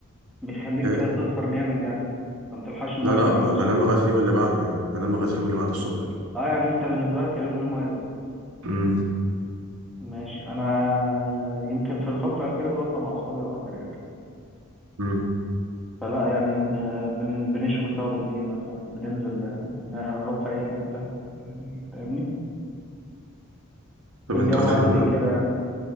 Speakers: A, in the centre; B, on the right.
A: بيخليك
B: ايه
A: تسهر جامد يعني فما تلحقش الميه
B: لا لا
A: تاني
B: ب-
A: يوم الصبح
B: بنام لغايه اليوم اللي بعده يعني بنام لغايه اليوم اللي بعده الصبح
A: اه يعني انت بالنسبه لك اليوم الميه بس
B: امم
A: ماشي انا يمكن في الفتره الاخيره دي بطلع مع اصحابي اكتر يعني
B: امم
A: فلا يعني بن... بن... بنشوي سوا بالليل مثلا بننزل آه، نروح في اي حته يعني فاهمني
B: طب
A: الجو
B: انتوا اخر
A: عندي كده يعني